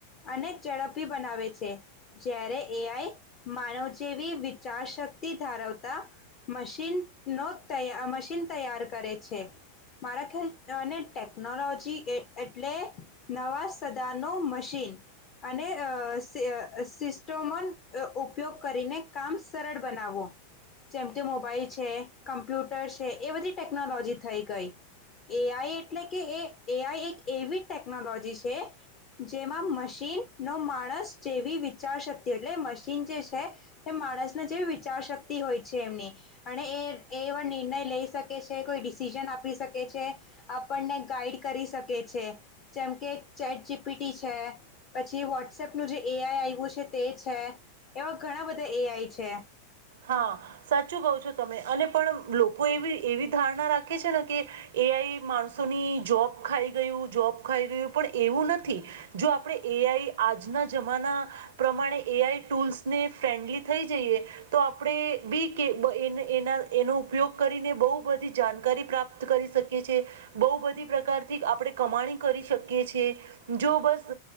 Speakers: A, on the left; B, on the right.
A: અને ઝડપી બનાવે છે. જ્યારે એઆઈ માનવ જેવી વિચાર શક્તિ ધરાવતા મશીન નો મશીન તૈયાર કરે છે મારા ખ્યાલ અને ટેકનોલોજી એટલે નવા સદાનો મશીન અને અ સિસ્ટમો ઉપયોગ કરીને કામ સરળ બનાવવો જેમ કે મોબાઈલ છે કમ્પ્યુટર છે એ બધી ટેકનોલોજી થઈ ગઈ એઆઈ એટલે કે એ એઆઈ એક એવી ટેકનોલોજી છે જેમાં મશીનનો માણસ જે એવી વિચારશક્તિ એટલે મશીન જે છે તે માણસને જેવી વિચારશક્તિ હોય છે એમની અને એ એ એવા નિર્ણય લઈ શકે છે કોઈ ડિસિઝન આપી શકે છે આપણને ગાઈડ કરી શકે છે જેમ કે ચેટ જીપીટી છે પછી વોટ્સએપનું જે એ આઈ આવ્યું છે તે છે એવા ઘણા બધા એ આઈ છે.
B: હા સાચું કવ છો તમે અને પણ લોકો એવી એવી ધારણા રાખે છે ને કે એઆઈ માણસોની જોબ ખાઈ ગયું જોબ ખાઈ ગયું પણ એવું નથી જો આપણેે એઆઈ આજના જમાના પ્રમાણે એઆઈ ટૂલ્સ ને ફ્રેન્ડલી થઈ જઈએ તો આપણે બી કે એ એના એનો ઉપયોગ કરીને બહુ બધી જાણકારી પ્રાપ્ત કરી શકીએ છી બહુ બધી પ્રકારથી આપણે કમાણી કરી શકીએ છીએ જો બસ